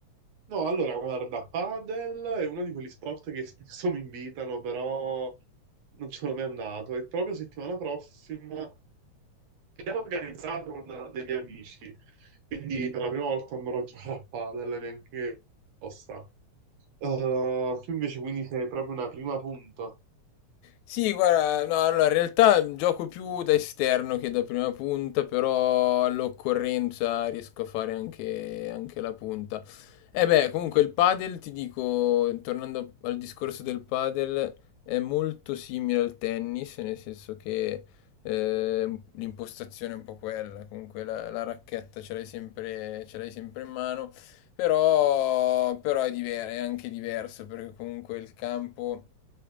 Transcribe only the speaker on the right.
No, allora guarda, padel è uno di quegli sport che <laughs> spesso mi invitano, però non ce l'ho mai andato. E proprio settimana prossima abbiamo organizzato con dei miei amici, quindi per la prima volta andrò a giocare a padel, neanche apposta. Eh, tu invece quindi sei proprio una prima punta.